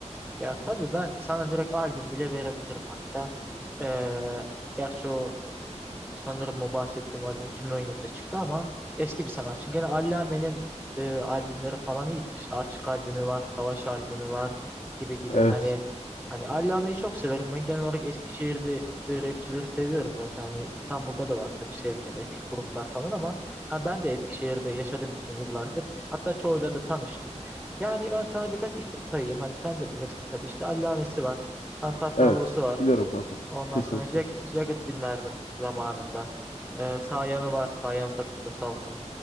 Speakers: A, in the centre; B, on the left (about 80°).
A: Ya tabii ben sana direkt albüm bile verebilirim hatta. Ee, gerçi o Sanırım o bahsettiğim albüm 2017'de çıktı ama eski bir sanatçı. Gene Allame'nin e, albümleri falan iyidir. İşte Açık albümü var, Savaş albümü var gibi gibi.
B: Evet.
A: Hani hani Allame'yi çok severim. Ben genel olarak Eskişehir'de e, rapçileri seviyorum zaten. Hani İstanbul'da da var tabii sevdiğim eski gruplar falan ama ha, ben de Eskişehir'de yaşadığım için yıllardır. Hatta çoğuyla da tanıştım. Yani ben sana birkaç isim sayayım. Hani sen de bilirsin tabii. İşte Allame'si var. Ansar
B: Evet.
A: Salvo'su var.
B: Biliyorum kanka.
A: Ondan
B: Kesinlikle.
A: sonra Jag Jagged dinlerdim zamanında. Ee, Sayan'ı var. Sayan Sakız'da Salkım.